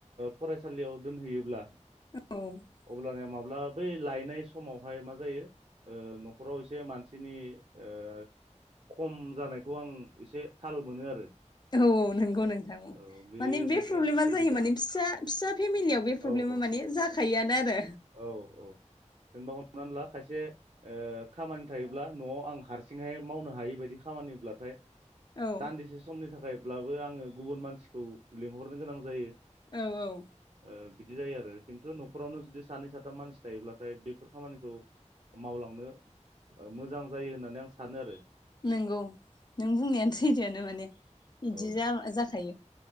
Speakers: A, on the right; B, on the left.
A: फरायसालियाव दोनहैयोब्ला
B: औ
A: अब्लानिया माब्ला बै लायनाय समावहाय मा जायो न'खराव एसे मानसिनि ओ खम जानायखौ आं एसे थाल मोनो आरो।
B: औ औ नोंगौ नोंथां।
A: औ
B: माने बे
A: मोनसे
B: प्रब्लेमा
A: उसुबिदा
B: जायो माने फिसा, फिसा फेमिलियाव बे प्रब्लेमा
A: औ औ
B: माने जाखायोआनो आरो।
A: औ औ जेनेबा हमनानै ला खायसे खामानि ओ थायोब्ला न'आव आं हारसिंहाय मावनो हायै बायदि खामानिब्लाथाय
B: औ
A: दान्दिसे समनि थाखायब्लाबो आङो गुबुन मानसिखौ लिंहरनो गोनां जायो।
B: औ औ
A: ओ बिदि जायो आरो। खिन्थु न'खरावनो जुदि सानै साथाम मानसि थायोब्लाथाय बेफोर खामानिखौ मावलांनो मोजां जायो होननानै आं सानो आरो।
B: नंगौ नों बुंनायानो सैथोआनो माने बिदि
A: औ
B: जाखायो।